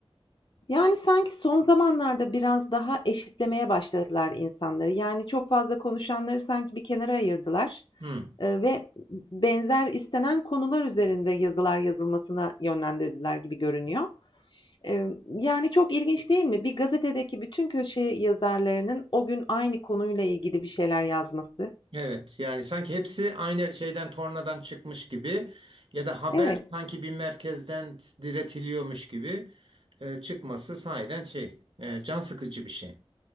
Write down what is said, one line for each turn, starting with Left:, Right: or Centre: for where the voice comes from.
Left: Yani sanki son zamanlarda biraz daha eşitlemeye başladılar insanları. Yani çok fazla konuşanları sanki bir kenara ayırdılar
Right: Hmm.
Left: e, ve benzer istenen konular üzerinde yazılar yazılmasına yönlendirdiler gibi görünüyor. E, yani çok ilginç değil mi? Bir gazetedeki bütün köşe yazarlarının o gün aynı konuyla ilgili bir şeyler yazması.
Right: Evet yani sanki hepsi aynı şeyden tornadan çıkmış gibi ya da haber
Left: Evet.
Right: sanki bir merkezden diretiliyormuş gibi e, çıkması sahiden şey e, can sıkıcı bir şey.